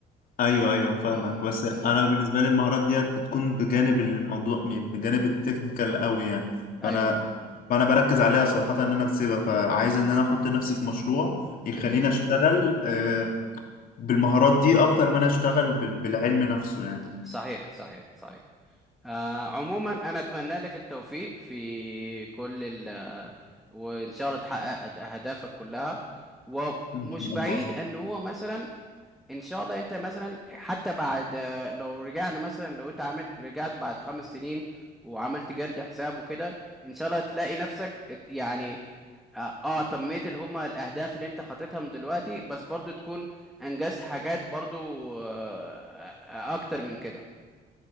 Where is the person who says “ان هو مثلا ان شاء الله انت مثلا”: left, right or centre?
Centre